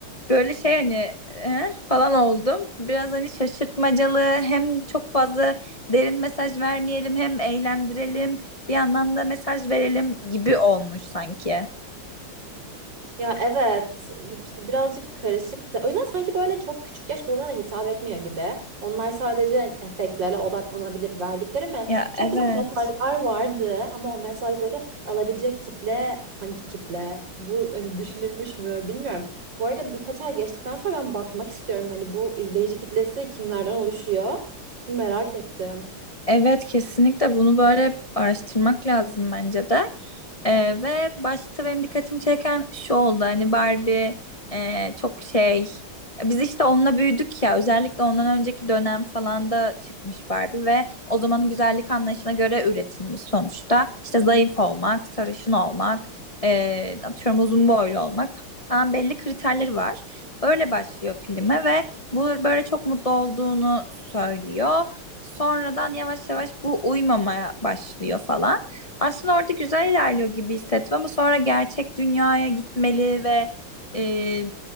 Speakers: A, on the left (about 35°); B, on the right (about 55°).
A: Böyle şey hani "Eh?" falan oldum. Biraz hani şaşırtmacalı hem çok fazla derin mesaj vermeyelim hem eğlendirelim bir yandan da mesaj verelim gibi olmuş sanki.
B: Ya evet işte birazcık karışık da o yüzden sanki böyle çok küçük yaş grubuna da hitap etmiyor gibi. Onlar sadece efektlere odaklanabilir verdikleri me-
A: Ya
B: çok
A: evet.
B: güzel mesajlar vardı ama o mesajları alabilecek kitle hangi kitle? Bu hani düşünülmüş mü bilmiyorum. Bu arada birkaç ay geçtikten sonra ben bakmak istiyorum hani bu izleyici kitlesi kimlerden oluşuyor? Merak ettim.
A: Evet kesinlikle bunu böyle araştırmak lazım bence de. Ee, ve başta benim dikkatimi çeken şu oldu hani Barbie e, çok şey biz işte onunla büyüdük ya özellikle ondan önceki dönem falan da çıkmış Barbie ve o zamanın güzellik anlayışına göre üretilmiş sonuçta. İşte zayıf olmak, sarışın olmak, e, atıyorum uzun boylu olmak falan belli kriterleri var. Öyle başlıyor filme ve bu böyle çok mutlu olduğunu söylüyor. Sonradan yavaş yavaş bu uyumamaya başlıyor falan. Aslında orada güzel ilerliyor gibi hissettim ama sonra gerçek dünyaya gitmeli ve e,